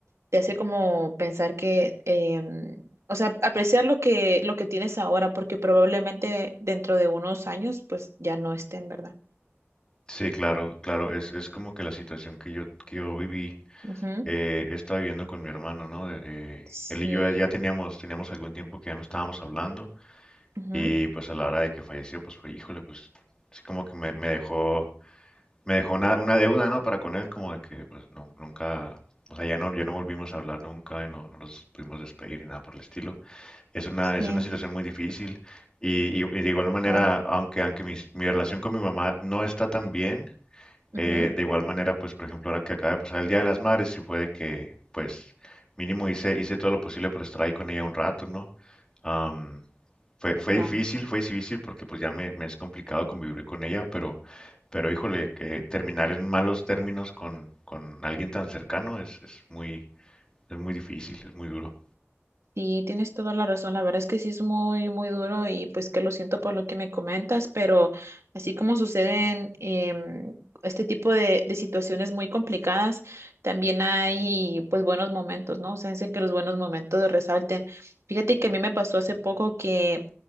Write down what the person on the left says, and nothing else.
Sí, claro, claro, es, es como que la situación que yo, que yo viví,
eh, he estado viviendo con mi hermano, ¿no? De- eh,
él y yo ya teníamos, teníamos algún tiempo que ya no estábamos hablando
y pues a la hora de que falleció, pues fue, híjole, pues sí como que me, me dejó me dejó una, una deuda, ¿no? Para con él, como de que pues no- nunca, o sea, ya no, ya no volvimos a hablar nunca y no, no nos pudimos despedir ni nada por el estilo. Es una,
es una situación muy difícil y, y- y de igual manera,
aunque, aunque mi mi, relación con mi mamá no está tan bien,
eh, de igual manera, pues por ejemplo, ahora que acaba de pasar el Día de las Madres, sí fue de que, pues mínimo hice, hice todo lo posible por estar ahí con ella un rato, ¿no? Am, fue, fue
difícil, fue difícil porque pues ya me, me es complicado convivir con ella, pero, pero híjole, que terminar en malos términos con, con alguien tan cercano es, es muy, es muy difícil, es muy duro.